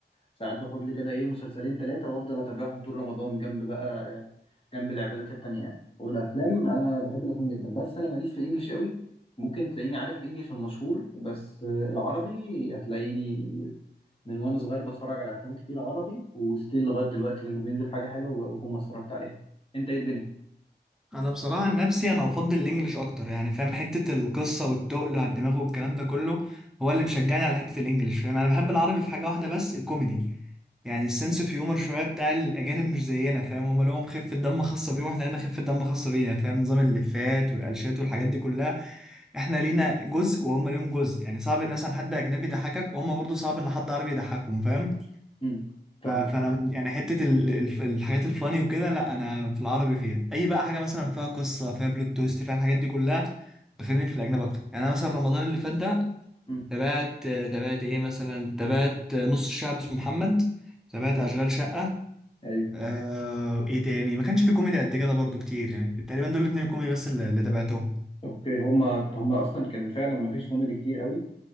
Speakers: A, on the left; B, in the centre.
A: ساعات باخد لي كده ايه مسلسلين ثلاثه وافضل اتابعهم طول رمضان جنب بقى آه، جنب العبادات التانية يعني والافلام انا بحب الافلام جدا بس انا ماليش في الانجليش قوي ممكن تلاقيني عارف الانجليش المشهور بس آه، العربي هتلاقيني من وانا صغير بتفرج على افلام كتير عربي وستيل لغايه دلوقتي لما بينزل حاجه حلوه بكون ما اتفرجت عليها انت ايه الدنيا
B: انا بصراحه عن نفسي انا افضل الانجليش اكتر يعني فاهم حته القصه والتقل على الدماغ والكلام ده كله هو اللي مشجعني على حته الانجليش فاهم انا بحب العربي في حاجه واحده بس الكوميدي يعني السنس اوف هيومر شويه بتاع الاجانب مش زينا فاهم هما لهم خفه دم خاصه بيهم واحنا لنا خفه دم خاصه بينا فاهم نظام اللفات والقلشات والحاجات دي كلها احنا لينا جزء وهم ليهم جزء يعني صعب ان مثلا حد اجنبي يضحكك وهم برضه صعب ان حد عربي يضحكهم فاهم
A: امم فاهمك
B: ف- فانا
A: طبعا
B: من- يعني حته ال- ال- الحاجات الفاني وكده لا انا في العربي فيها اي بقى حاجه مثلا فيها قصه فيها بلوت تويست فيها الحاجات دي كلها بخليني في الاجنبي اكتر يعني انا مثلا رمضان اللي فات ده
A: امم
B: تابعت تابعت ايه مثلا تابعت نص الشعب اسمه محمد تابعت
A: أمم.
B: اشغال شقه
A: ايوه
B: آه ايه تاني ما كانش في كوميدي قد كده برضو كتير يعني تقريبا دول الاتنين الكوميدي بس اللي اللي تابعتهم
A: اوكي هما هما اصلا كان فعلا ما فيش كوميدي كتير قوي